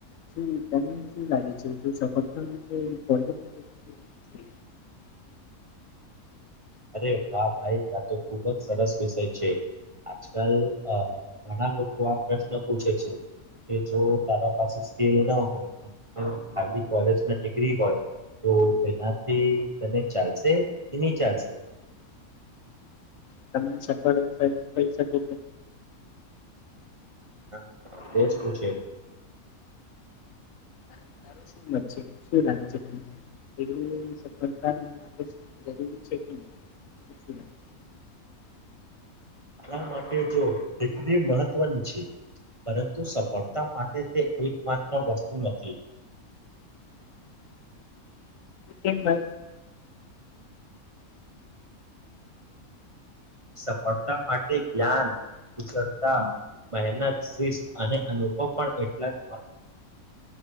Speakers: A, on the left; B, on the right.
A: શું તને શું લાગે છે સફળતા <inaudible>
B: અરે વા ભાઈ આ તો ખૂબ જ સરસ વિષય છે. આજકાલ અ ઘણા લોકો આ પ્રશ્ન પૂછે છે. કે જો તારા પાસે સ્કેલ ના હોય તો ખાલી કોલેજ ન ડિગ્રી હોય તો એનાથી તને ચાલશે કે નહી ચાલશે.
A: તમને સફળ થઈ થઈ શકે
B: હા તેસ પૂછે.
A: હા તારો શુંદર છે શું લાગે છે તમને એ સફળતા માટે જરૂરી છે કે પછીના.
B: આના માટે જો દીકરી મહત્વની છે. પરંતુ સફળતા માટે તે એકમાત્ર વસ્તુ નથી.
A: <inaudible> એ કે
B: સફળતા માટે જ્ઞાન કુશળતા મહેનત શિસ્ત અને અનુભવ પણ એટલા જ